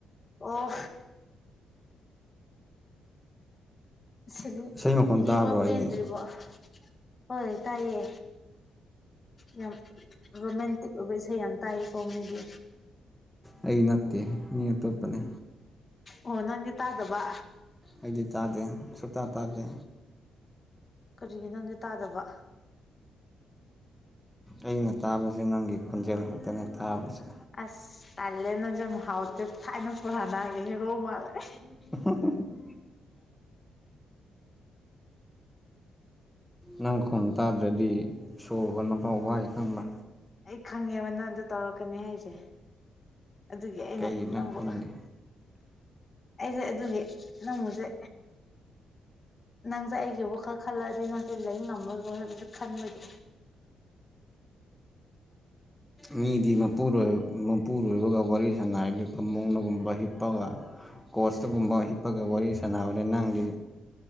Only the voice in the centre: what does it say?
ꯏꯁꯩ ꯃꯈꯣꯟ
ꯇꯥꯕ꯭ꯔꯣ
ꯑꯩꯒꯤ
ꯑꯩꯒꯤ ꯅꯠꯇꯦ ꯃꯤ ꯑꯇꯣꯞꯄꯅꯦ
ꯑꯩꯗꯤ ꯇꯥꯗꯦ ꯁꯨꯛꯇꯥ ꯇꯥꯗꯦ
ꯑꯩꯅ ꯇꯥꯕꯁꯦ ꯅꯪꯒꯤ ꯈꯣꯟꯖꯦꯜ ꯈꯛꯇꯅꯦ ꯇꯥꯕꯁꯦ
<unintelligible> ꯅꯪ ꯈꯣꯝ ꯇꯥꯗ꯭ꯔꯗꯤ ꯁꯣꯔ ꯍꯣꯟꯕꯐꯥꯎ ꯋꯥꯏ ꯈꯪꯕ꯭ꯔ
ꯀꯩꯒꯤꯅꯣ
ꯈꯪꯗꯦ
ꯃꯤꯗꯤ ꯃꯄꯨꯔꯣꯏ ꯃꯄꯨꯔꯣꯏꯕꯒ ꯋꯥꯔꯤ ꯁꯥꯟꯅꯔꯗꯤ ꯐꯝꯃꯨꯡꯗꯒꯨꯝꯕ ꯍꯤꯞꯄꯒ ꯀꯣꯆꯇꯒꯨꯝꯕ ꯍꯤꯞꯄꯒ ꯋꯥꯔꯤ ꯁꯥꯟꯅꯕꯅꯦ ꯅꯪꯗꯤ